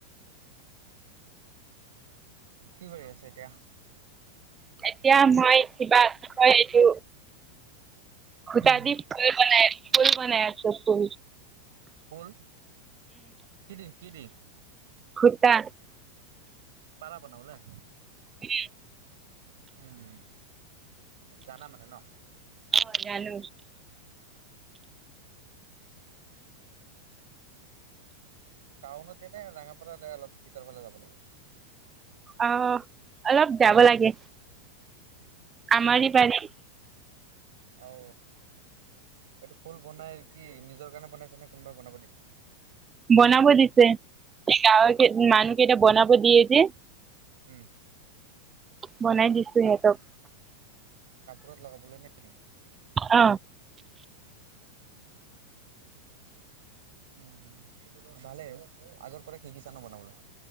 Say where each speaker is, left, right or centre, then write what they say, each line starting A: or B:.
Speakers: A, on the right; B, on the right.
A: ব <unintelligible> কি কৰি আছে এতিয়া?
B: এতিয়া মই কিবা এইটো সুটা
A: উম,
B: দি ফুল বনাই ফুল বনাই আছোঁ ফুল।
A: ফুল কি দি কি দি?
B: সুটা।
A: পাৰা বনাবলে।
B: উম,
A: উম, জানা মানে ন।
B: অ জানো।
A: টাউনতেনে ৰঙাপাৰা অলপ ভিতৰ ফালে যাব লাগে।
B: অ অলপ যাব লাগে। আমাৰে পাৰী।
A: অঁ। এইটো ফুল বনাই কি নিজৰ কাৰণে বনাইছে নে কোনোবাই বনাব দিছে।
B: বনাব দিছে গাঁৱ মানুহকেটা বনাব দিয়ে যে।
A: উম,
B: বনাই দিছো
A: কাহ
B: সিহঁতক।
A: কাপোৰত লগাবলে নেকি?
B: অ,
A: উম, ভালে আগৰ পৰা শিকিছা ন বনাবলে।